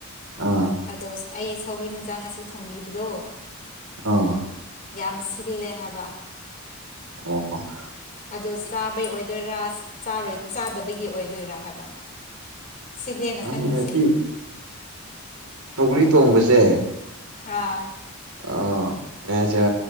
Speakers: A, on the right; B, on the left.
A: ꯑꯥ
B: ꯑꯗꯣ ꯑꯩ ꯁꯧꯒ꯭ꯔꯤ ꯍꯦꯟꯖꯥꯡ ꯉꯁꯤ ꯊꯣꯡꯕꯤꯕꯗꯣ
A: ꯑꯥ
B: ꯌꯥꯝ ꯁꯤꯜꯂꯦ ꯍꯥꯏꯕ
A: ꯑꯣ ꯑꯣ
B: ꯑꯗꯨ ꯆꯥꯕꯩ ꯑꯣꯏꯗꯣꯏꯔꯥ ꯆꯥꯗꯕꯒꯤ ꯑꯣꯏꯗꯣꯏꯔꯥ ꯍꯥꯏꯕ ꯁꯤꯜꯂꯦꯅ
A: ꯪ
B: ꯈꯪꯉꯤꯁꯦ
A: ꯉꯁꯤ ꯁꯧꯒꯔꯤ ꯊꯣꯡꯕꯁꯦ
B: ꯑꯥ
A: ꯑ ꯀꯩ ꯍꯥꯏꯁꯦ